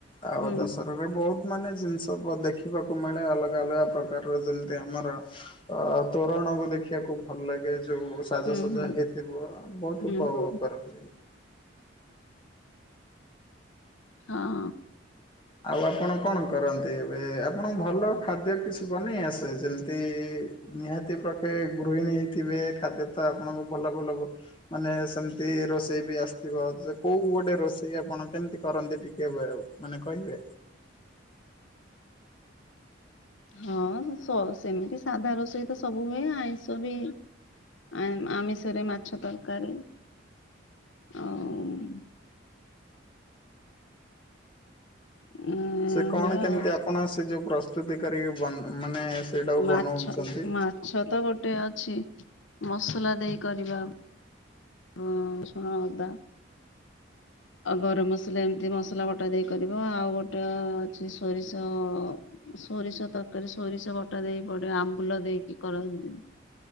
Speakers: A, on the left (about 25°); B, on the left (about 80°).
A: ଆଉ
B: ହୁଁ
A: ଦଶହରା ରେ ବହୁତ ମାନେ ଜିନିଷ ସବୁ ଦେଖିବାକୁ ମିଳେ ଅଲଗା ଅଲଗା ପ୍ରକାରର ଯେମିତି ଆମର ଅ ତୋରଣକୁୁ ଦେଖିବାକୁ ଭଲ ଲାଗେ। ଯୋଉ ସାଜସଜା
B: ହୁଁ ହୁଁ
A: ହେଇଥିବ ବହୁତ
B: ହୁଁ
A: ଉପଭୋଗ
B: ହୁଁ।
A: କରନ୍ତି।
B: ହଁ।
A: ଆଉ ଆପଣ କଣ କରନ୍ତି ଏବେ ଆପଣ ଭଲ ଖାଦ୍ୟ କିଛି ବନେଇ ଆସେ ଯେମିତି ନିହାତି ପ୍ରକେ ଗୃହିଣୀ ହେଇଥିବେ ଖାଦ୍ୟ ତ ଆପଣଙ୍କୁ ଭଲ ଭଲ ମାନେ ସେମି ତି ରୋଷେଇ ବି ଆସିଥିବ କୋଉ ଗୋଟେ ରୋଷେଇ ଆପଣ କେମିତି କରନ୍ତି ଟିକେ ମାନେ କହିବେ।
B: ହଁ ସ-ସେମିତି ସାଧା ରୋଷେଇତ ସବୁ ହୁଏ ଆଇଁଷ ବି ଆ-ଆମିଷରେ ମାଛ ତରକାରୀ ଆଉ ଉଁ
A: ସେ କଣ
B: ହୁଏ
A: କେମିତି
B: ଆଉ
A: ଆପଣ ସେ ଯୋଉ ପ୍ରସ୍ତୁତି କରିକି-ବ ମାନେ ସେଇଟାକୁ
B: ମାଛ
A: ବନଉଛନ୍ତି?
B: ମାଛ ତ ଗୋଟେ ଅ ଛି ମସଲା ଦେଇ କରିବା। ଓ ରସୁଣ ଅଦା। ଆଉ ଗରମ ମସଲା ଏମିତି ମସଲା ବଟା ଦେଇ କରିବ ଆଉ ଗୋଟେ ଅଛି ସୋରିଷ ସୋରିଷ ତରକାରୀ ସୋରିଷ ବଟା ଦେଇକି ପଡିବ ଆମ୍ବୁଲ ଦେଇକି କରନ୍ତି।